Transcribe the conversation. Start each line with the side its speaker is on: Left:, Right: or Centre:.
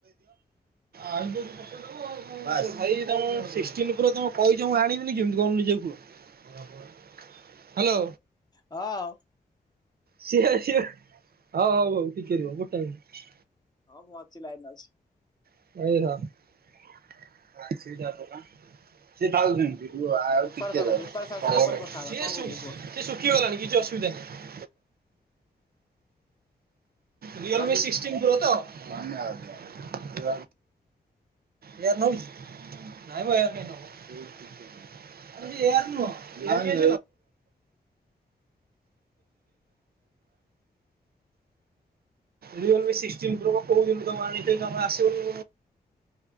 Right: ଆଣିଚି ତ ଭାଇ ତୋମେ ମୁଁ ସିକ୍ସଟିନ୍ ପ୍ରୋ ତୋମ କହିଛ ମୁଁ ଆଣିବିନି କେମିତି କହୁନ ନିଜେ କୁହ। ହାଲୋ।
Left: ହଁ।
Right: ସିଏ ସିଏ ହଉ ହଉ ହଉ ଟିକେ ରୁହ ଗୁଟେ ମିନିଟ୍।
Left: ହଁ ମୁଁ ଅଛି ଲାଇନ୍ ରେ ଅଛି।
Right: ସିଏ ଥାଉ ସେମ ସିଏ ଶୁ-ସିଏ
Left: ବେପାର
Right: ଶୁଖିଗଲାଣି
Left: ସାର ବେପାର ସାରି ସାରିଲା
Right: କିଛି
Left: ପରେ କଥା ହବା କଣ କହୁଛ
Right: ଅସୁବିଧା
Left: କୁହ
Right: ନାହିଁ। ରିଅଲ୍
Left: Raju
Right: ମିି sixteen pro ତ? ଏହା ନଉଚି? <unintelligible> ଏହା ନୁହଁ <inaudible> <inaudible> ଏଇ ଯୋଉ ଏ ସିକ୍ସଟିନ୍ ପ୍ରୋ କଣ କହୁଚନ୍ତି ତୋମେ ଆଣିଚ କି ତୋମେ ଆସିବ <inaudible>